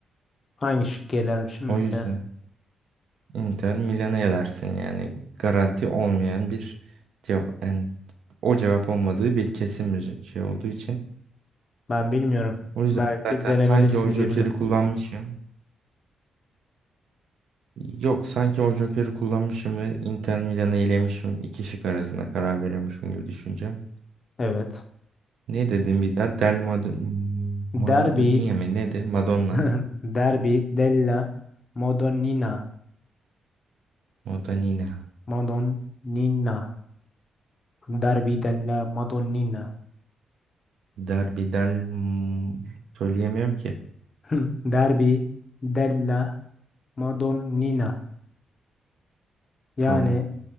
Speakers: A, on the left (about 30°); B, on the right (about 65°).
A: Hangi şık gelermişim
B: O
A: mesela?
B: yüzden Inter Milan'a elersin yani. Garanti olmayan bir cevap. Yani o cevap olmadığı bir kesin bir şey olduğu için.
A: Ben bilmiyorum.
B: O yüzden
A: Belki
B: zaten
A: denemelisin
B: sanki o Joker'i
A: diye biliyorum.
B: kullanmışım. Yok sanki o Joker'i kullanmışım ve Inter Milan'ı elemişim. İki şık arasında karar veriyormuşum gibi düşüneceğim.
A: Evet.
B: Ne dedim bir daha? Del Mad Maradona
A: Derbi.
B: mi? Ne dedi? Madonna.
A: <laughs>
B: mı?
A: Derbi della Madonnina.
B: Madonnina.
A: Madonnina. Derbi della Madonnina.
B: Derbidel hmm, söyleyemiyorum ki.
A: <laughs> Derbi della Madonnina. Yani
B: Tamam.